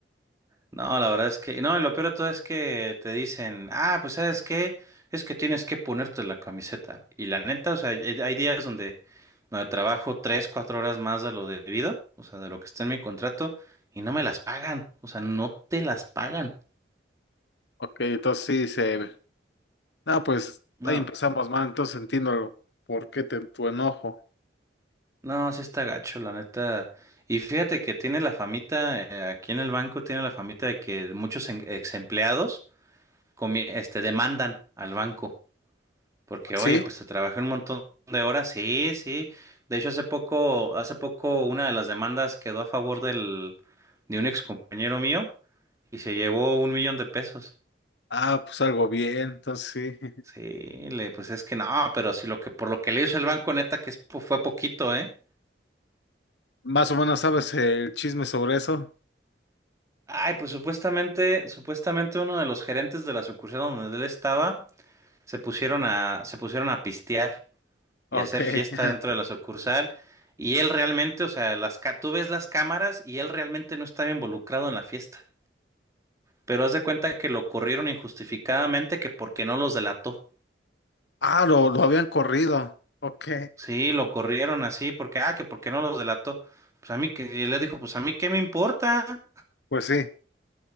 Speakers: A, on the right; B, on the left.
A: No, la verdad es que, no, y lo peor de todo es que te dicen, ah, pues sabes qué, es que tienes que ponerte la camiseta. Y la neta, o sea, hay, hay días donde, donde trabajo tres, cuatro horas más de lo debido, o sea, de lo que está en mi contrato, y no me las pagan, o sea, no te las pagan.
B: Ok, entonces sí se... No, pues
A: No,
B: ahí empezamos mal, entonces entiendo lo- por qué te, tu enojo.
A: no, sí está gacho, la neta. Y fíjate que tiene la famita, eh, aquí en el banco tiene la famita de que muchos ex empleados este, demandan al banco. Porque,
B: ¿Sí?
A: oye, pues te trabajé un montón de horas, sí, sí. De hecho, hace poco, hace poco una de las demandas quedó a favor del, de un ex compañero mío y se llevó un millón de pesos.
B: Ah, pues algo bien, entonces sí.
A: Sí, le, pues es que no, pero si lo que, por lo que le hizo el banco, neta, que es po- fue poquito, ¿eh?
B: Más o menos sabes el chisme sobre eso.
A: Ay, pues supuestamente, supuestamente uno de los gerentes de la sucursal donde él estaba se pusieron a, se pusieron a pistear. y
B: Ok.
A: hacer fiesta
B: <laughs>
A: dentro de la sucursal. Y él realmente, o sea, las, ca- tú ves las cámaras y él realmente no estaba involucrado en la fiesta. Pero haz de cuenta que lo corrieron injustificadamente, que porque no los delató.
B: Ah, lo, lo habían corrido. Ok.
A: Sí, lo corrieron así, porque, ah, que porque no los delató. Pues a mí, que y él le dijo, pues a mí, ¿qué me importa?
B: Pues sí.